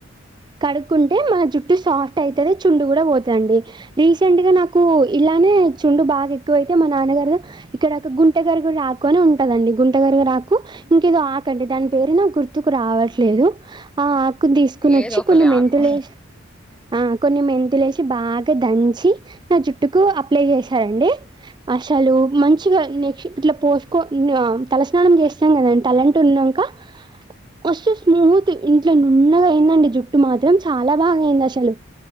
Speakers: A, on the right; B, in the centre.
A: కడుక్కుంటే మన జుట్టు సాఫ్ట్ అయితాది చుండ్రు కూడా పోతాదండి రీసెంట్ గా నాకు నాకు ఇలానే చుండు బాగా ఎక్కువైతే మా నాన్నగారు ఇక్కడ ఒక గుంటె గరిగుడ ఆకు అని ఉంటాదండి గుంటగారుగుడ ఆకు ఇంకేదో ఆకు అండీ దాని పేరు నాకు గుర్తుకు రావట్లేదు ఆ కోని వచ్చి
B: ఏదో ఒక
A: కొన్ని మెంతులు
B: ఆకు
A: ఆ కొన్ని మెంతులు వేసి బాగా దంచి నా జుట్టుకు అప్లై చేశారండి అసలు మంచిగా నేసు ఇట్లా పోసుకో ఇంగా తలస్నానం చేస్తాం కదా తలంటు ఉన్నాంక ఓసేస్ నీ మూతి ఇంట్లో నున్నగా జుట్టు మాత్రం చాలా బాగా అయింది అసలు